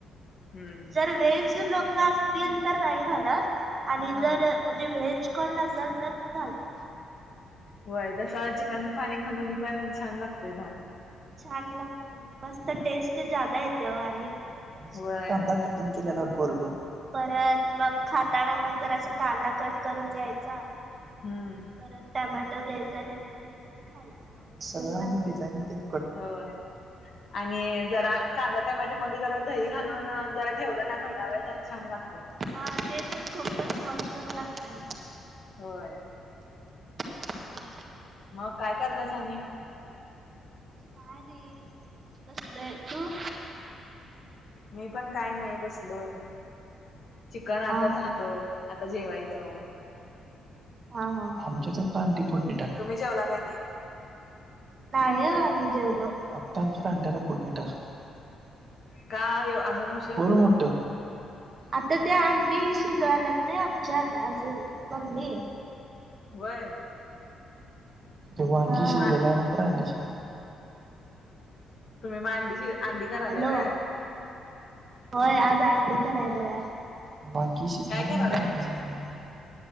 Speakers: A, on the left; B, on the right.
A: हम्म
B: जर व्हेज लोक अस तील तर नाही घालात. आणि
A: हा
B: जर म्हणजे व्हेज कोण नसल तर मग घालतोय.
A: होय, तसं चिकनचं पाणी घालून पण छान लागतोय भात.
B: छान लागतंय, मस्त टेस्ट जादा येत्या. ओ आणि
A: होय
B: सोबत कांदा क इन केलेला गोल गोल. परत मग खाताना मग जरासा, कांदा कट करून घ्यायचा.
A: हम्म.
B: बरं टोमाॅटो घ्यायचा, लिंबू घ्यायचा आणि खायच. डिझान मधे.
A: होय. आणि जरा कांदा टोमॅटो मध्ये, जरा दही घालून जरा ठेवलं ना थोडा वेळ तर छान लागते.
B: हा, ते तर खूपच मस्तच लागते मग.
A: होय.
B: मग
A: मग काय कराल्यास अणी.
B: काय नाही बसलंय तू.
A: मी पण काही नाही बसलो. चिकन आता
B: हा
A: झालं,
B: हा
A: आता जेवायचं.
B: हां हां, आमच्या आता अंडी. फोडणी टाकाल्यात
A: तुम्ही जेवला काय नाही.
B: नाहीय आम्ही जेवलो, आत्ता आमच्या अंड्याला फोढणी टाकल्यात. <unintelligible>
A: का एव अजून उशीर
B: मोठ. आता त्या अंडी शिजवाल्यात नाही आमच्यात अजून मम्मी.
A: वय
B: तेव्हा अंडी
A: तुम्ही
B: शिजल्यानंतर
A: मा
B: अंडीशी
A: तुम्ही म अडीशी अंडी करायला
B: हॅलो
A: व्हय आज.
B: होय आज अंडी करायले आम्ही. ही शिजणार
A: काय करायलाय
B: मग अंडी
A: अंड्याचं
B: शिजणार